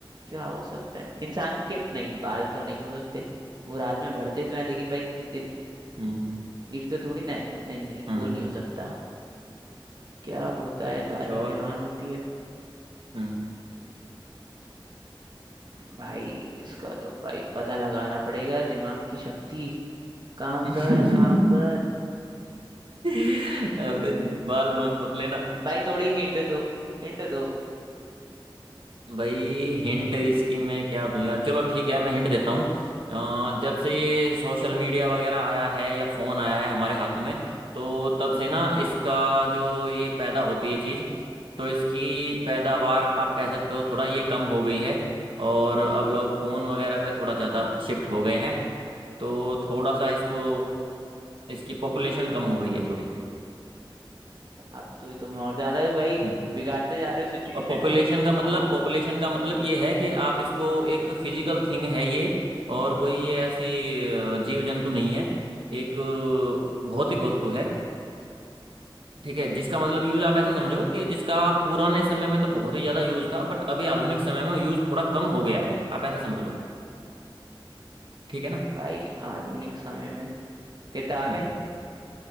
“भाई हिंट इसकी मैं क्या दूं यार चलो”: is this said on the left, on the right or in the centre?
Right